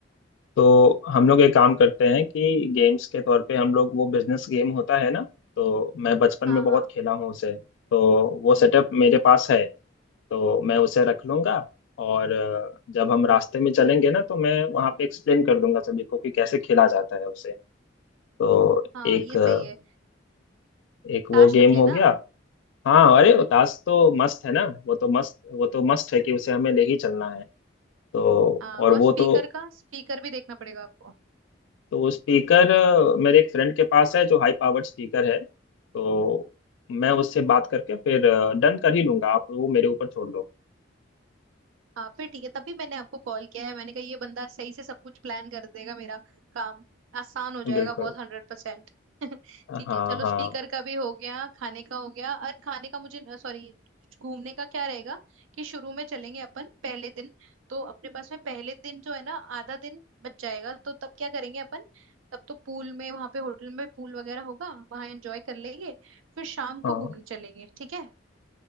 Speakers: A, on the left (about 70°); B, on the right (about 85°).
A: तो हम लोग एक काम करते हैं कि गेम्स के तौर पे हम लोग वो बिजनेस गेम होता है ना तो मैं बचपन
B: हाँ
A: में बहुत
B: हाँ
A: खेला हूँ उसे तो वो सेटअप मेरे पास है तो मैं उसे रख लूँगा और अ, जब हम रास्ते में चलेंगे ना तो मैं वहाँ पे एक्सप्लेन कर दूंगा सभी को कि कैसे खेला जाता है उसे तो
B: हाँ
A: एक
B: हाँ ये
A: अ,
B: सही है
A: एक वो
B: ताश
A: गेम
B: रख लेना
A: हो गया हाँ अरे वो ताश तो मस्त है ना वो तो मस्त वो तो मस्त है कि उसे हमें ले ही चलना है तो
B: हाँ
A: और
B: और स्पीकर
A: वो तो
B: का स्पीकर भी देखना पड़ेगा आपको
A: तो वो स्पीकर मेरे एक फ्रेंड के पास है जो हाई पावर्ड स्पीकर है तो मैं उससे बात करके फिर डन कर ही लूंगा आप वो मेरे ऊपर छोड़ दो
B: हाँ फिर ठीक है तभी मैंने आपको कॉल किया है मैंने कहा ये बंदा सही से सब कुछ प्लान कर देगा मेरा काम आसान हो जाएगा
A: बिल्कुल
B: बहुत हंड्रेड परसेंट <laughs>
A: हाँ
B: ठीक है चलो
A: हाँ
B: स्पीकर का भी हो गया खाने का हो गया और खाने का मुझे सॉरी घूमने का क्या रहेगा कि शुरू में चलेंगे अपन पहले दिन तो अपने पास में पहले दिन जो है ना आधा दिन बच जाएगा तो तब क्या करेंगे अपन तब तो पूल में वहां पे होटल में पूल वगैरह होगा वहां एंजॉय कर लेंगे फिर शाम को
A: हाँ
B: घूमने चलेंगे ठीक है